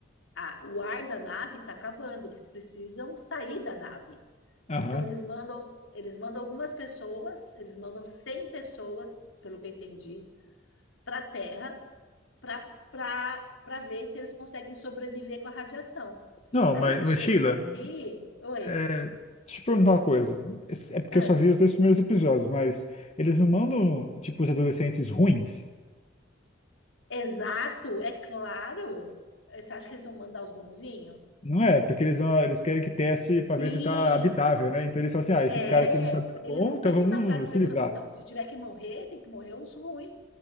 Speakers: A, on the left; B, on the left.
A: Ah, o ar da nave está acabando, eles precisam sair da nave.
B: Aham.
A: Então eles mandam, eles mandam algumas pessoas, eles mandam 100 pessoas, pelo que eu entendi, para a Terra para para para ver se eles conseguem sobreviver com a radiação.
B: Não,
A: Aí
B: mas,
A: eles
B: mas
A: chegam
B: Sheila,
A: aqui, oi,
B: é, Deixa eu te perguntar uma coisa. Esse- É porque
A: ah,
B: eu só vi os dois primeiros episódios, mas eles não mandam, tipo, os adolescentes ruins,
A: exato, é claro. Você acha que eles vão mandar os bonzinhos?
B: não é? Porque eles, vão- eles querem que teste pra
A: Sim,
B: ver se tá habitável, né? Então eles falam assim, ah, esses
A: é.
B: caras aqui não tá dando
A: Eles
B: bom,
A: não
B: então
A: querem
B: vamos
A: matar as pessoas.
B: se livrar.
A: Então, se tiver que morrer, tem que morrer os ruins.